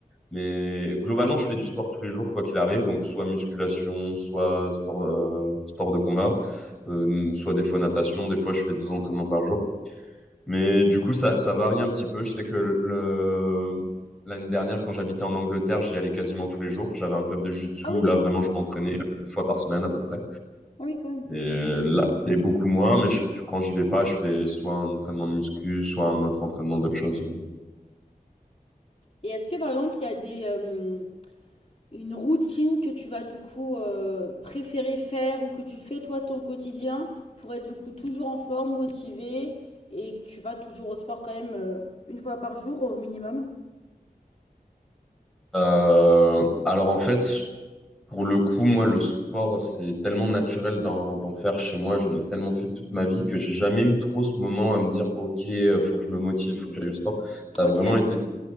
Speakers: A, in the centre; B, on the left.
A: Mais globalement, je fais du sport tous les jours, quoi qu'il arrive. Donc soit musculation, soit sport, euh, sport de combat, euh, soit des fois natation. Des fois, je fais deux entraînements par jour. Mais du coup, ça, ça varie un petit peu. Je sais que le, l'année dernière, quand j'habitais en Angleterre, j'y allais quasiment tous les jours. J'avais un club de jiu-jitsu
B: Ah
A: où
B: oui,
A: là, vraiment, je m'entraînais quatre fois par semaine à peu près.
B: ah oui, quand même.
A: Et euh, là, c'était beaucoup moins, mais je, quand j'y vais pas, je fais soit un entraînement de muscu, soit un autre entraînement d'autre chose.
B: Et est-ce que, par exemple, il y a des, euh, Une routine que tu vas du coup euh, préférer faire ou que tu fais toi ton quotidien pour être du coup toujours en forme, motivée et que tu vas toujours au sport quand même euh, une fois par jour au minimum.
A: Euh, alors en fait, pour le coup, moi, le sport, c'est tellement naturel d'en d'en faire chez moi. J'en ai tellement fait toute ma vie que j'ai jamais eu trop ce moment à me dire, OK, euh, faut que je me motive, faut que j'aille au sport. Ça
B: Ok.
A: a vraiment été